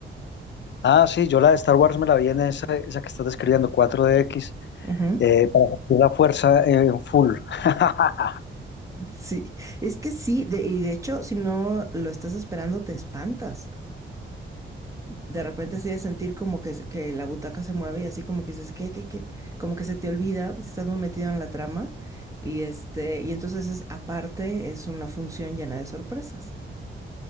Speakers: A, on the left; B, on the right.
A: Ah, sí, yo la de Star Wars me la vi en esa, esa que estás describiendo, 4DX,
B: Ujú.
A: eh, para sentir la fuerza eh, en full. <laughs>
B: Sí, es que sí, de- y de hecho, si no lo estás esperando, te espantas. De repente así de sentir como que, que la butaca se mueve y así como que dices, ¿qué, qué, qué? Como que se te olvida, pues, estás muy metido en la trama y este, y entonces es, aparte es una función llena de sorpresas.